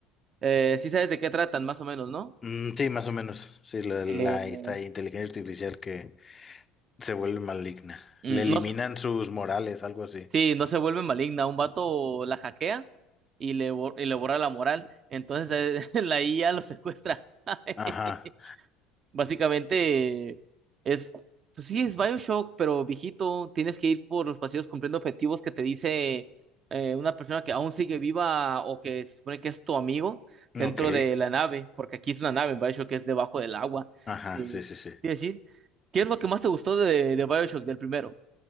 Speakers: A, on the right; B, on the left.
A: eh, sí sabes de qué tratan más o menos, ¿no?
B: Mm, sí, más o menos. Sí, la, la-
A: Eh,
B: esta inteligencia artificial que se vuelve maligna.
A: mm,
B: Le eliminan
A: no,
B: sus morales, algo así.
A: Sí, no se vuelve maligna. Un vato la hackea y le, bor- y le borra la moral. Entonces eh, <laughs> la IA lo secuestra. <laughs>
B: Ajá.
A: Básicamente es, pues sí, es BioShock, pero viejito, tienes que ir por los pasillos cumpliendo objetivos que te dice eh, una persona que aún sigue viva o que se supone que es tu amigo
B: Ok.
A: dentro de la nave, porque aquí es una nave, BioShock es debajo del agua.
B: Ajá,
A: Eh,
B: sí, sí, sí.
A: quiero decir, ¿qué es lo que más te gustó de, de BioShock del primero?